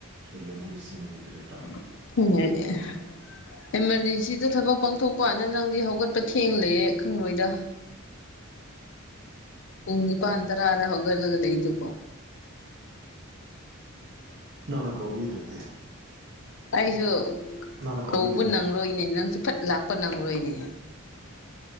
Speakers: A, on the right (about 55°); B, on the left (about 60°).
A: ꯔꯤꯂꯦꯇꯤꯞꯁꯤꯡꯒꯤ ꯀꯔꯤ ꯀ꯭ꯔꯥ
B: ꯍꯣꯏꯅꯦ ꯏꯃꯥꯔꯖꯦꯟꯁꯤꯗ ꯊꯕꯛ ꯄꯥꯡꯊꯣꯛꯄ ꯋꯥꯅꯦ ꯅꯪꯗꯤ ꯍꯧꯒꯠꯄ ꯊꯦꯡꯂꯩꯑꯦ ꯈꯪꯂꯣꯏꯗ ꯄꯨꯡ ꯅꯤꯄꯥꯟ ꯇꯔꯥꯗ ꯍꯧꯒꯠꯂꯩꯗꯨꯕꯣ
A: ꯅꯪꯅ ꯀꯧꯕꯤꯗ꯭ꯔꯦ
B: ꯑꯩꯁꯨ
A: ꯅꯪꯅ
B: ꯀꯧꯕ
A: ꯀꯧꯕꯤꯗꯣꯏꯅꯤꯅ
B: ꯅꯪꯔꯣꯏꯅꯦ ꯅꯪꯁꯨ ꯐꯠ ꯂꯥꯛ__ ꯄ ꯅꯪꯔꯣꯏꯅꯦ